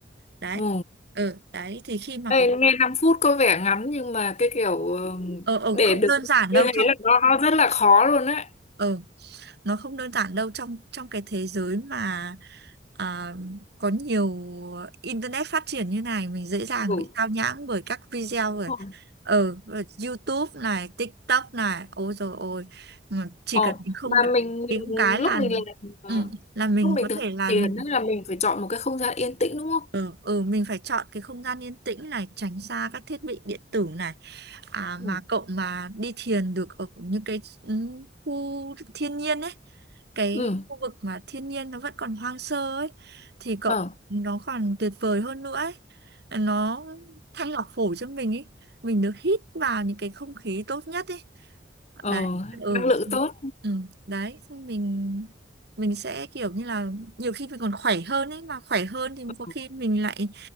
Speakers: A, on the right; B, on the left.
A: Đấy.
B: ừ
A: Ừ, đấy thì khi mà
B: Ê,
A: có
B: nghe 5 phút có vẻ ngắn nhưng mà cái kiểu ờ,
A: ờ ờ
B: để
A: không
B: được
A: đơn giản
B: như
A: đâu
B: thế
A: trong
B: là nó, nó rất là khó luôn đấy.
A: ờ nó không đơn giản đâu trong trong cái thế giới mà à, có nhiều internet phát triển như này mình dễ dàng
B: Ừ.
A: bị
B: đúng
A: sao nhãng bởi các video rồi
B: rồi.
A: ở YouTube này TikTok này ôi rồi ôi chỉ
B: Ồ,
A: cần mình không
B: mà
A: cần
B: mình
A: kiếm
B: mình-
A: cái
B: lúc
A: là
B: mình làm ờ,
A: ừ, là mình
B: lúc mình
A: có
B: thực
A: thể
B: hiện
A: là
B: tiền
A: mình
B: ấy là mình phải chọn một cái không gian yên tĩnh đúng không?
A: Ừ, ừ, mình phải chọn cái không gian yên tĩnh này, tránh xa các thiết bị điện tử này. À
B: Ừ.
A: mà cậu mà đi thiền được ở những cái ừ, khu thiên nhiên ấy, cái
B: Ừ.
A: khu vực mà thiên nhiên nó vẫn còn hoang sơ ấy thì cậu
B: Ờ.
A: nó còn tuyệt vời hơn nữa ấy. Nó thanh lọc phổi cho mình ấy, mình được hít vào những cái không khí tốt nhất ấy.
B: Ờ,
A: Đấy, ừ,
B: năng lượng
A: thì-
B: tốt.
A: ừ, đấy mình mình sẽ kiểu như là nhiều khi mình còn khỏe hơn ấy mà khỏe hơn thì
B: Ừ.
A: có khi mình lại